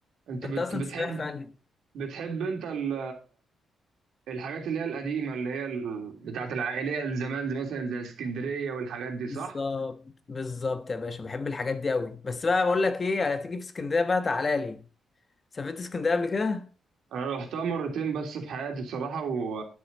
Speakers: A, on the right; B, on the left.
A: انت
B: انت
A: بت...
B: اصلا
A: بتحب
B: تستريح في انهي
A: بتحب انت ال... الحاجات اللي هي القديمه اللي هي ال... بتاعت العائليه الزمان زي مثلا زي اسكندريه والحاجات دي صح؟
B: بالظبط بالظبط يا باشا بحب الحاجات دي قوي بس بقى بقول لك ايه هتيجي في اسكندريه بقى تعالى لي سافرت اسكندريه قبل كده
A: انا رحتها مرتين بس في حياتي بصراحه و